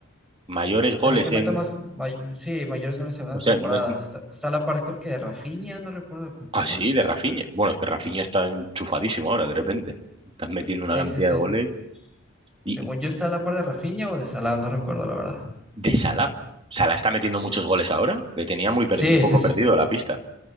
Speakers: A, on the right; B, in the centre.
A: mayores goles
B: de los que metan
A: en...?
B: más, may- sí, mayores goles en una
A: O sea,
B: temporada.
A: no-
B: Está, está a la par creo que de Rafinha, no recuerdo con quién.
A: Ah, sí, de Rafinha. Bueno, es que Rafinha está enchufadísimo ahora, de repente. Estás metiendo
B: Sí,
A: una cantidad
B: sí, sí.
A: de goles.
B: sí.
A: Y
B: Según
A: y
B: yo está a la par de Rafinha o de Salah, no recuerdo la verdad.
A: de Salah. Salah está metiendo muchos goles ahora. Le tenía muy per-
B: Sí,
A: un poco
B: sí, sí.
A: perdido la pista.